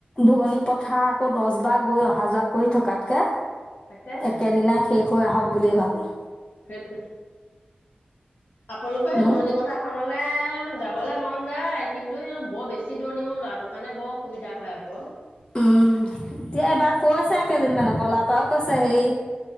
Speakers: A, on the left; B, on the left.
A: পোৱণি পথাৰ আকৌ দছবাৰ গৈ অহা-যোৱা কৰি থকাতকে,
B: তাকেহে
A: একেদিনাই শেষ থৈ আহক বুলিয়েই ভাবো।
B: সেইটোয়ে। আপোনালোকৰ সেই
A: উম
B: দোৱণি পথাৰখনলৈ যাবলৈ মন যায় কিন্তু হেই বৰ বেছি দুৱণি, মোৰ ল'ৰাটোৰ কাৰণে বৰ অসুবিধা হয় আকৌ
A: উম, এতিয়া এবাৰ কৈ আছে কেইজনী মানে বলা পাও কৈছে। হেই